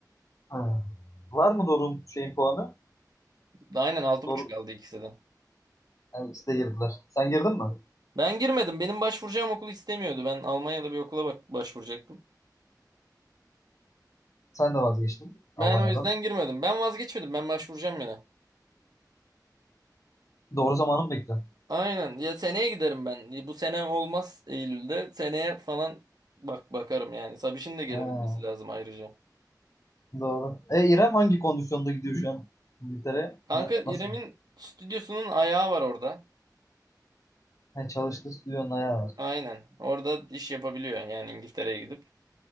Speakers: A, on the left (about 45°); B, on the right (about 65°).
A: Ha. Var mı Doruk'un şeyin puanı?
B: Aynen altı
A: Doruk,
B: buçuk aldı ikisi de.
A: yani ikisi de girdiler. Sen girdin mi?
B: Ben girmedim. Benim başvuracağım okul istemiyordu. Ben Almanya'da bir okula bak başvuracaktım.
A: Sen de vazgeçtin Almanya'dan.
B: Ben o yüzden girmedim. Ben vazgeçmedim. Ben başvuracağım yine.
A: Doğru zamanı mı bekliyorsun?
B: Aynen. Ya seneye giderim ben. Bu sene olmaz Eylül'de. Seneye falan bak bakarım yani. Sabiş'in de gelebilmesi
A: Ha.
B: lazım ayrıca.
A: Doğru. E İrem hangi kondisyonda gidiyor şu an İngiltere'ye?
B: Kanka
A: Na-
B: İrem'in
A: nasıl?
B: stüdyosunun ayağı var orada.
A: Ha, çalıştığı stüdyonun ayağı var.
B: Aynen. Orada iş yapabiliyor yani İngiltere'ye gidip.